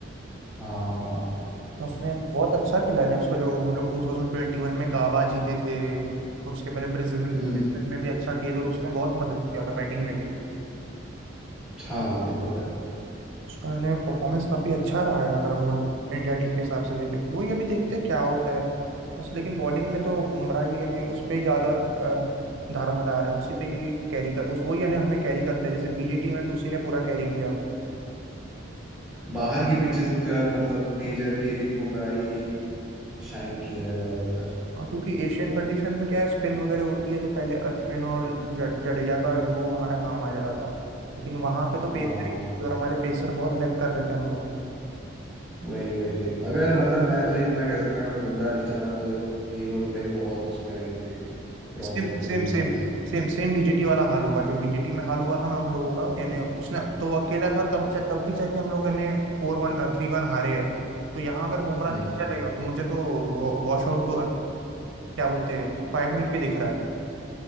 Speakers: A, in the centre; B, on the right.
A: हाँ हाँ
B: उसने बहुत अच्छा खेला है ना उसका जो हम लोग 2021 में गाबा जीते थे और उसके पहले ब्रिस्बेन
A: हम्म
B: ब्रिस्बेन में भी अच्छा किए थे तो उसने बहुत मदद किया था बैटिंग में भी
A: हाँ ये तो है
B: उसका ने परफॉर्मेंस काफी अच्छा रहा है अगर हम लोग इंडिया टीम के हिसाब से देखें तो वही अभी देखते हैं क्या होता है बस लेकिन बॉलिंग में तो बुमराह ही यानी उस पे ही ज्यादा अ, दारोमदार है उसी पे ही कैरी कर उस वही यानी हमें कैरी करता है जैसे बीजेटी में भी उसी ने पूरा कैरी किया
A: बाहर की पिचेस में तो यार मतलब मेजरली बुमराह ही शाइन किया है ज्यादातर
B: हाँ क्योंकि एशियन कंडीशन में क्या है स्पिन वगैरह होती है तो पहले अश्विन और ज- जडेजा का डुओ हमारा काम आ जाता था लेकिन वहां पे तो पेसर
A: हाँ
B: ही थे और हमारे पेसर बहुत लैग कर रहे थे हम लोग
A: वही वही अगर मतलब मैं तो इतना कह सकता हूँ अगर बुमराह नहीं चला तो ये लोग लाइक बहुत उसमें रहेंगे प्रॉब्लम्स
B: Same
A: रहेंगी
B: same same
A: इनसे
B: same same BGT वाला हाल होगा जो बीजेटी में हाल हुआ था ना हम लोगों का यानी उसने तो वो अकेला था तब जा, तब भी जाके हम लोग यानी फोर वन थ्री वन हारे है तो यहाँ अगर बुमराह
A: हम्म
B: नहीं चलेगा तो मुझे तो वॉश आउट क्या बोलते हैं फाइव मिनट पे दिख रहा है